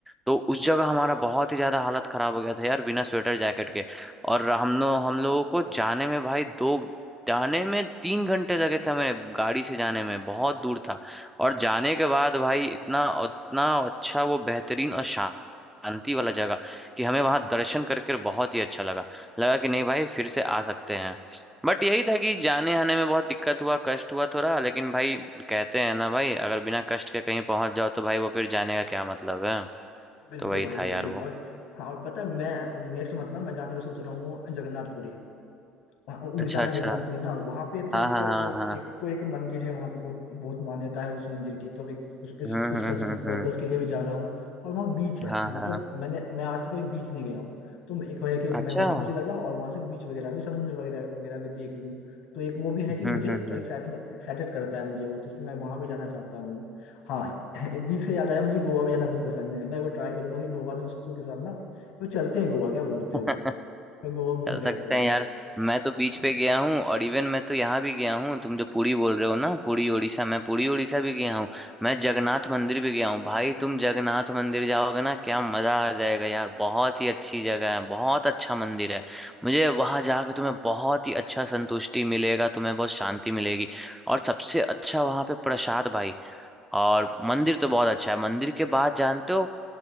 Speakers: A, in the centre; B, on the left.
A: तो उस जगह हमारा बहुत ही ज्यादा हालत खराब हो गया था यार बिना स्वेटर जैकेट के और हम लोग हम लोगों को जाने में भाई दो जाने में तीन घंटे लगे थे हमें गाड़ी से जाने में बहुत दूर था और जाने के बाद भाई इतना इतना अच्छा वो बेहतरीन और शांत शांति वाला जगह कि हमें वहां दर्शन करके बहुत ही अच्छा लगा लगा कि नहीं भाई फिर से आ सकते हैं बट यही था कि जाने आने में बहुत दिक्कत हुआ कष्ट हुआ थोड़ा लेकिन भाई कहते हैं ना भाई अगर बिना कष्ट के कहीं पहुंच जाओ तो भाई वो फिर जाने का क्या मतलब है
B: बिल्कुल
A: तो वही
B: भाई बिल्कुल
A: था यार वो
B: और हाँ और पता है मैं नेक्स्ट मंथ ना मैं जाने का सोच रहा हूँ जगन्नाथ पुरी हाँ, उड़ीसा
A: अच्छा
B: में
A: अच्छा
B: जगन्नाथपुरी ना वहाँ पे तो
A: हाँ
B: एक
A: हाँ हाँ
B: वो तो
A: हाँ
B: एक तो एक मंदिर है वहाँ पे बहुत बहुत मान्यता है उस मंदिर की तो एक उस इस
A: हम्म
B: उस
A: हम्म
B: पर्पस
A: हम्म हम्म,
B: के लिए भी जा रहा हूँ और वहाँ बीच है
A: हाँ
B: मतलब
A: हाँ
B: मैंने मैं आज तक कहीं बीच नहीं गया हूँ तो एक है कि मैं
A: अच्छा
B: वहाँ
A: हम्म
B: भी चला जाऊँ और वहाँ से बीच वगैरह भी समुद्र वगैरह वगैरह भी देख लूँ तो एक वो भी है कि
A: हम्म
B: मुझे
A: हम्म
B: तो एक्साइटमेंट एक्साइटेड करता है मुझे वो तो इसलिए मैं वहाँ भी जाना चाहता हूँ हाँ <laughs> बीच से याद आया मुझे गोवा भी जाना बहुत पसंद है मैं वो ट्राई करूंगा कि गोवा दोस्तों के साथ ना वो चलते हैं गोवा क्या बोलते
A: <laughs>
B: हो तो गोवा घूम
A: चल
B: के
A: सकते
B: आते हैं
A: हैं यार मैं तो बीच
B: हाँ
A: पे गया हूँ और इवन मैं तो यहाँ भी गया हूँ तुम जो पुरी बोल रहे हो ना पुरी उड़ीसा मैं पुरी उड़ीसा भी गया हूँ मैं जगन्नाथ मंदिर भी गया हूँ भाई तुम जगन्नाथ मंदिर जाओगे ना क्या मजा आ जाएगा यार बहुत ही अच्छी जगह है बहुत अच्छा मंदिर है मुझे वहां जाकर तुम्हें बहुत ही अच्छा संतुष्टि मिलेगा तुम्हें बहुत शांति मिलेगी और सबसे अच्छा वहां पे प्रसाद भाई और मंदिर तो बहुत अच्छा है मंदिर के बाद जानते हो